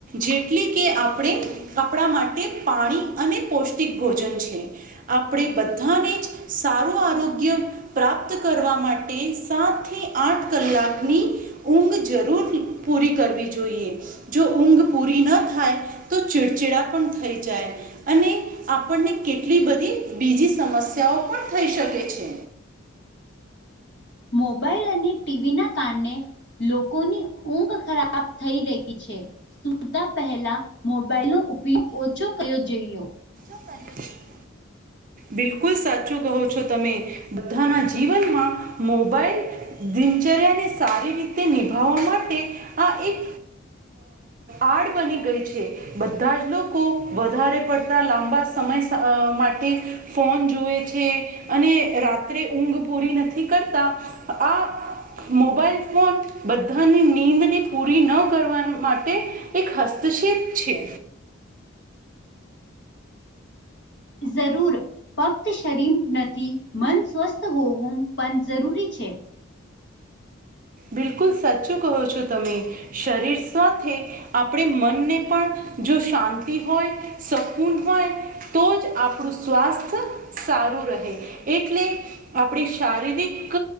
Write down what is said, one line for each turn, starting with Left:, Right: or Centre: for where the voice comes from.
Right: જેટલી કે આપણે આપણા માટે પાણી અને પૌષ્ટિક ભોજન છે. આપણે બધાને જ સારું આરોગ્ય પ્રાપ્ત કરવા માટે સાત થી આઠ કલાકની ઊંઘ જરૂર પૂરી કરવી જોઈએ. જો ઊંઘ પૂરી ન થાય તો ચીડચીડા પણ થઈ જાય. અને આપણને કેટલી બધી બીજી સમસ્યાઓ પણ થઈ શકે છે.
Left: મોબાઈલ અને ટીવી ના કારણે લોકોની ઊંઘ ખરાબ થઈ રહી છે સુતા પહેલા મોબાઈલનો ઉપયોગ ઓછો કરયો જઈએ.
Right: કર્યું. બિલકુલ સાચું કહો છો તમે બધાના જીવનમાં મોબાઈલ દિનચર્યાને સારી રીતે નિભાવવા માટે આ એક આડ બની ગઈ છે બધા જ લોકો વધારે પડતા લાંબા સમય અ માટે ફોન જોએ છે અને રાત્રે ઊંઘ પૂરી નથી કરતા. આ મોબાઈલ ફોન બધાની નીંદને પૂરી ન કરવા માટે એક હસ્તક્ષેપ છે.
Left: જરૂર ફક્ત શરીમ નથી મન સ્વસ્થ હોવું પણ જરૂરી છે.
Right: બિલકુલ સાચું કહો છો તમે શરીર સાથે. આપણી મન ની પણ જો શાંતિ હોય. શકૂન હોય તો જ આપણું સ્વાસ્થ્ય સારું રહે એટલે આપણી શારીરિક